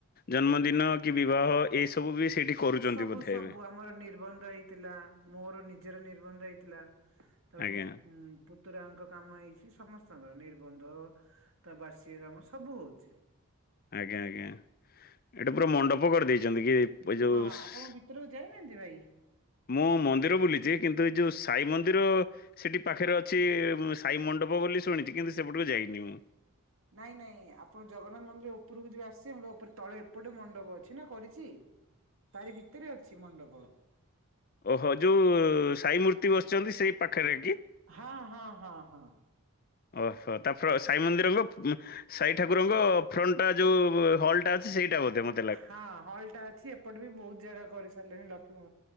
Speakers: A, on the left (about 40°); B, on the right (about 65°).
A: ଜନ୍ମଦିନ କି ବିବାହ ଏଇ ସବୁ ବି ସେଇଠି କରୁଛନ୍ତି
B: ସବୁ
A: ବୋଧେ
B: ସବୁ
A: ଏବେ
B: ଆମର ନିର୍ବନ୍ଧ ହେଇଥିଲା, ମୋର ନିଜର ନିର୍ବନ୍ଧ ହେଇଥିଲା। ତା ପରେ
A: ଆଜ୍ଞା
B: ମୋ ପୁତ୍ ଋତୁରାମଙ୍କ କାମ ହେଇଛି ସମସ୍ତଙ୍କର ନିର୍ବନ୍ଧ ତା ବାର୍ଷିକ କାମ ସବୁ ହଉଛି।
A: ଆଜ୍ଞା! ଆଜ୍ଞା! ଏଇଟା ପୁରା ମଣ୍ଡପ କରିଦେଇଛନ୍ତି କି? ଏଇଜଉ
B: ହଁ
A: ସ୍
B: ଆପଣ ଭିତରକୁ ଯାଇନାହାନ୍ତି ଭାଇ?
A: ମୁଁ ମନ୍ଦିର ବୁଲିଛି କିନ୍ତୁ ଏ ଯଉ ସାଇ ମନ୍ଦିର ସେଠି ପାଖରେ ଅଛି ସାଇ ମଣ୍ଡପ ବୋଲି ଶୁଣିଛି କିନ୍ତୁ ସେପଟକୁ ଯାଇନି ମୁଁ।
B: ନାଇଁ ନାଇଁ ଆପଣ ଜଗନ୍ନାଥ ମନ୍ଦିର ଉପରକୁ ଯଉ ଆସିବେ ମୋର ଉପରେ ତଳେ ଏପଟେ ମଣ୍ଡପ ଅଛି ନା କରିଛି। ତାରି ଭିତରେ ଅଛି ମଣ୍ଡପ।
A: ଓହୋ! ଯୋଉ ସାଇ ମୂର୍ତ୍ତି ବସିଛନ୍ତି ସେଇ ପାଖରେ କି?
B: ହଁ, ହଁ, ହଁ, ହଁ।
A: ଓହୋ ତାପରେ ସାଇ ମନ୍ଦିରଲୋ ସାଇ ଠାକୁରଙ୍କ ଫ୍ରଣ୍ଟ ଟା ଯୋଉ ହଲ୍ ଟା ଅଛି ସେଇଟା ବୋଧେ ମତ
B: ହଁ, ହଲ୍ ଟା ଅଛି ଏପ ଏପଟେ ବି ବହୁତ ଜାଗା କରିସାରିଲେଣି। ଲକ୍ଷ୍ମୀପୁର